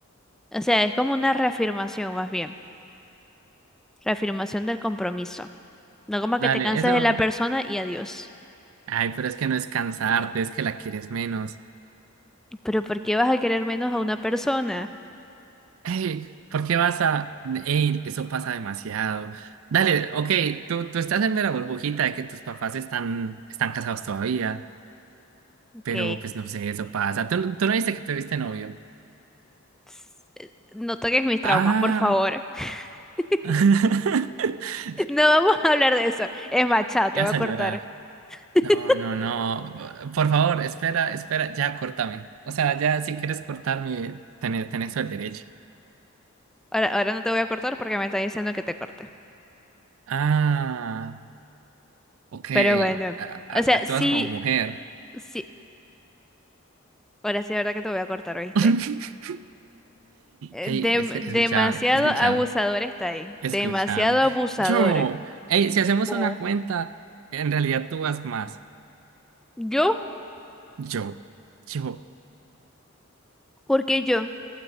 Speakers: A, in the centre; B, on the right.
A: O sea, es como una reafirmación, más bien. Reafirmación del compromiso. No como
B: dale,
A: que te cansas
B: eso.
A: de la persona y adiós.
B: Ay, pero es que no es cansarte, es que la quieres menos.
A: Pero ¿por qué vas a querer menos a una persona?
B: Ey, ¿por qué vas a...? Ey, eso pasa demasiado. Dale, ok, tú, tú estás en la burbujita de que tus papás están, están casados todavía,
A: Ok.
B: pero pues no sé, eso pasa. ¿Tú, tú no viste que tuviste novio?
A: Ts- eh, No toques mis traumas,
B: Ah,
A: por favor. <laughs>
B: <laughs>
A: No vamos a hablar de eso. Es más, chao, te
B: ibas
A: voy a
B: a
A: cortar.
B: llorar.
A: <laughs>
B: No, no, no. Por favor, espera, espera. Ya, córtame. O sea, ya si quieres cortarme, tenés, tenés todo el derecho.
A: Ahora, ahora no te voy a cortar porque me está diciendo que te corte.
B: Ah, ok.
A: Pero bueno.
B: A- a-
A: O sea,
B: actúas
A: sí,
B: como mujer.
A: sí. Ahora sí, la verdad que te voy a cortar, ¿oíste?
B: <laughs>
A: Eh,
B: Hey,
A: dem-
B: es- escúchame,
A: demasiado
B: escúchame,
A: abusador está ahí.
B: escúchame.
A: Demasiado abusador.
B: Yo, hey, si hacemos
A: Oh,
B: una cuenta, en realidad tú vas más.
A: ¿Yo?
B: Yo, yo.
A: ¿Por qué yo?